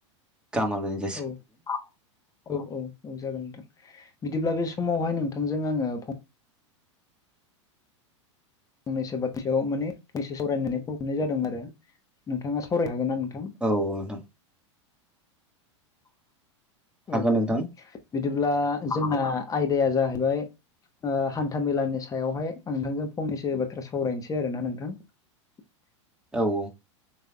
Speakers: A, in the centre; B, on the left.
A: गाहाम हामलायनायखौ
B: औ आ औ औ औ जागोन नोंथां। बिदिब्ला बे समावहाय नोंथांजों आङो फं फंनैसो बाथथायाव माने फंनैसो सावरायनो होननानै फन हरनाय जादोंमोन आरो। नोंथाङा सावराय हागोन ना नोंथां?
A: औ ओं। हागोन
B: औ
A: नोंथां
B: बिदिब्ला जोंना आयदाया जाहैबाय ओ हान्था मेलानि सायावहाय आं नोंथांजों फंनैसो बाथ्रा सावरायनोसै आरो ना नोंथां। <inaudible>
A: औ।